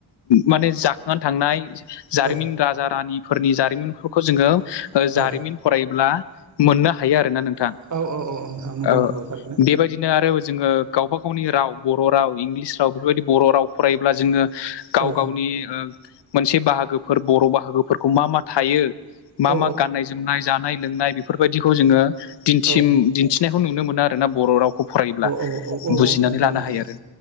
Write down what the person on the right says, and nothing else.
औ
औ
औ औ नोंथां नंगौ
नंगौ थारैनो
औ
औ
औ
औ औ औ
औ नोंथां
नंगौ